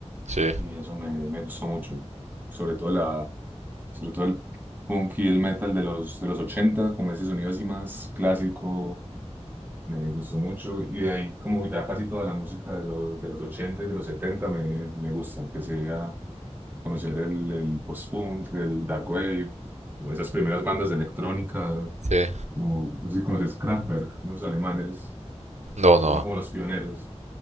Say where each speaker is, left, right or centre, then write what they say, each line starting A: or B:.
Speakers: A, on the right; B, on the right.
A: sí,
B: y eso me, me gustó mucho, sobre todo la, sobre todo el punk y el metal de los, de los 80 como ese sonido así más clásico me gustó mucho y de ahí como ya casi toda la música de los, de los 80 y de los 70 me, me gusta. Empecé a conocer el, el post-punk, el dark wave o esas primeras bandas de electrónica,
A: sí.
B: como no sé si conoces Kraftwerk, unos alemanes,
A: No, no,
B: que fueron como los pioneros,